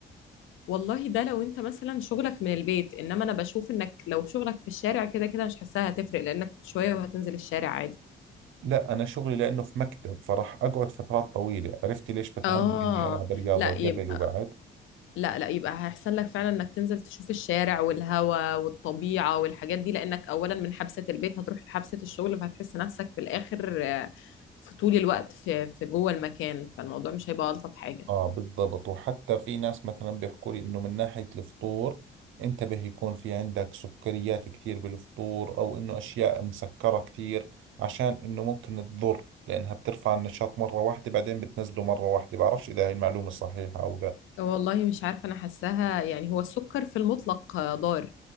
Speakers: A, on the left; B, on the right.
A: والله ده لو أنت مثلا شغلك من البيت إنما أنا بشوف إنك لو شغلك في الشارع كده كده مش حاساها هتفرق لأنك شوية وهتنزل الشارع عادي
B: لا أنا شغلي لأنه في مكتب فراح أقعد فترات طويلة عرفتي ليش بتعمد
A: آه
B: إني ألعب رياضة
A: لا
B: قبل
A: يبقى
B: وبعد
A: لا لا يبقى هيحصل لك فعلا انك تنزل تشوف الشارع والهواء والطبيعة والحاجات دي لانك اولا من حبسة البيت هتروح لحبسة الشغل فهتحس نفسك في الاخر آه، في طول الوقت في في جوه المكان فالموضوع مش هيبقى الطف حاجة
B: اه بالضبط وحتى في ناس مثلا بيحكوا لي انه من ناحية الفطور انتبه يكون في عندك سكريات كثير بالفطور او انه اشياء مسكرة كثير عشان انه ممكن تضر لانها بترفع النشاط مرة واحدة بعدين بتنزله مرة واحدة بعرفش اذا هاي المعلومة صحيحة او لا
A: والله مش عارفة انا حاساها يعني هو السكر في المطلق آه، ضار